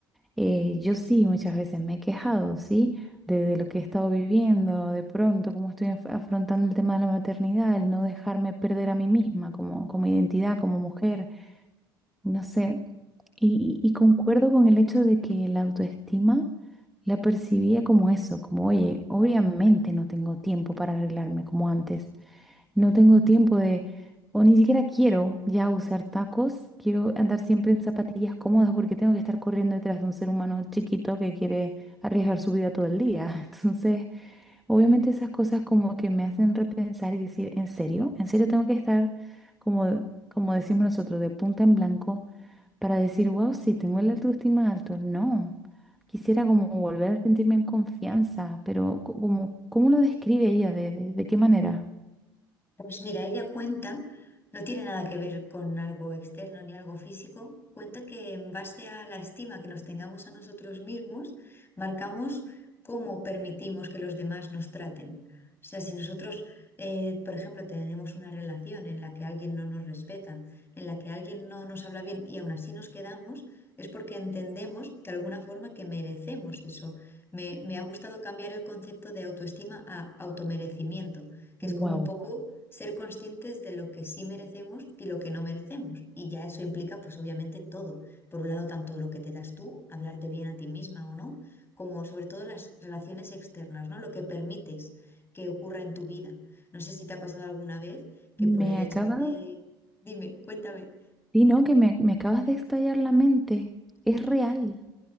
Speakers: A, in the centre; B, on the left (about 20°).
A: Eh, yo sí, muchas veces me he quejado, ¿sí? De, de lo que he estado viviendo, de pronto, cómo estoy af- afrontando el tema de la maternidad, el no dejarme perder a mí misma como, como identidad, como mujer. No sé, y, y concuerdo con el hecho de que la autoestima la percibía como eso, como, oye, obviamente no tengo tiempo para arreglarme como antes, no tengo tiempo de, o ni siquiera quiero ya usar tacos, quiero andar siempre en zapatillas cómodas porque tengo que estar corriendo detrás de un ser humano chiquito que quiere arriesgar su vida todo el día. <laughs> Entonces, Obviamente esas cosas como que me hacen repensar y decir, ¿en serio? ¿En serio tengo que estar como, como decimos nosotros, de punta en blanco para decir, wow, sí, tengo el autoestima alto? No, quisiera como volver a sentirme en confianza, pero co- como, ¿cómo lo describe ella? ¿De, de, de qué manera?
B: Pues mira, ella cuenta, no tiene nada que ver con algo externo ni algo físico, cuenta que en base a la estima que nos tengamos a nosotros mismos, marcamos cómo permitimos que los demás nos traten. O sea, si nosotros, eh, por ejemplo, tenemos una relación en la que alguien no nos respeta, en la que alguien no nos habla bien y aún así nos quedamos, es porque entendemos de alguna forma que merecemos eso. Me, me ha gustado cambiar el concepto de autoestima a automerecimiento que
A: Wow,
B: es como un poco ser conscientes de lo que sí merecemos y lo que no merecemos. Y ya eso implica, pues obviamente, todo. Por un lado, tanto lo que te das tú, hablarte bien a ti misma o no, como sobre todo las relaciones externas, ¿no? Lo que permites que ocurra en tu vida. No sé si te ha pasado alguna vez que
A: me
B: por el hecho
A: acabas,
B: de... Dime, cuéntame.
A: sí, no, que me, me acabas de estallar la mente. Es real.